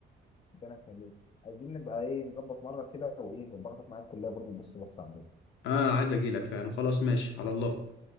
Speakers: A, on the left (about 30°); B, on the left (about 80°).
A: ربنا يخليك عايزين نبقى ايه نظبط مره كده وايه ونبقى معاك الكليه برضه تبص بص عندنا
B: أنا عايز أجيلك فعلا خلاص ماشي على الله